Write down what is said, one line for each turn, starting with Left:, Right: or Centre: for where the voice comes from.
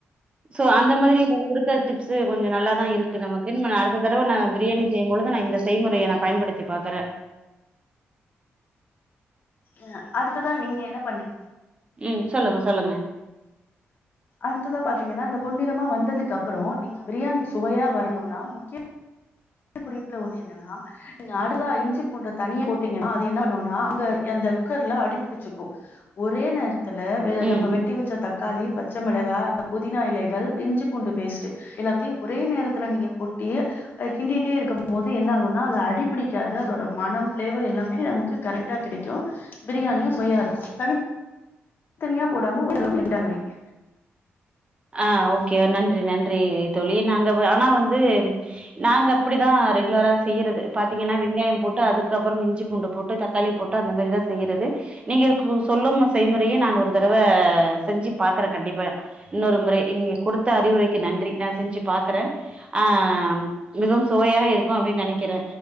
Right: சோ அந்த மாதிரி நீங்க குடுத்த டிப்ஸு கொஞ்ச நல்லாதா இருக்கு நமக்கு அடுத்த தடவை நா பிரியாணி செய்யும்பொழுது நா இந்த செய்முறையை நா பயன்படுத் த்தி பாக்குற
Left: அஹ் அடுத்ததா நீங்க என்ன பண்ணு
Right: ம் சொல்லுங்க சொல்லுங்க
Left: அடுத்ததா பாத்தீங்கன்னா இந்த பொன்னிறமா வந்ததுக்கு அப்புறோ நீங்க பிரியாணி சுவையா வரணும்னா முக்கிய குறிப்ல ஒண்ணு என்னனா நீங்க அதுதா இஞ்சி பூண்ட தனியா போட்டிங்ன்னா அது என்ன பண்ணுனா அங்க அந்த குக்கர்ல அடிபுடிச்சிக்கு ஒரே நேரத் ல
Right: ம்
Left: நம்ப வெட்டி
Right: ம்
Left: வெச்ச தக் காளி பச்ச மிளகா புதினா இலைகள் இஞ்சி பூண்டு பேஸ்ட்டு எல்லாத்தியு ஒரே நேரத்ல நீங்க கொட்டி அத கிண்டிட்டே இருக்கும்போது என்ன ஆகுனா அது அடிப்பிடிக்காது அதோட மனம் ஃப்ளேவர் எல்லாமே நமக்கு கரெக்ட்டா கெடைக்கு பிரியாணியு சுவயா இருக்கு தனித் தனியா போடாம ஒன் <inaudible> ரெண்டா வெய்ங்க
Right: ஆ ஓக்கே நன்றி நன்றி தோழி நாங்க வ ஆனா வந்து நாங்க அப்டிதா ரெகுலரா செய்யறது பாத்திங்கன்னா வெங்காயம் போட்டு அதுக்கப்புறம் இஞ்சி பூண்டு போட்டு தக்காளி போட்டு அந்த மாரிதா செய்யறது நீங்க சொ சொல்லும் செய்முறயே நா ஒரு தடவ செஞ்சு பாக்கற கண்டிப்பா இன்னொரு முறை நீங் கொடுத்த அறிவுரைக்கு நன்றி நா செஞ்சு பாக்குற ஆ மிகவும் சுவையா இருக்கு அப்டின்னு நெனைக்கிற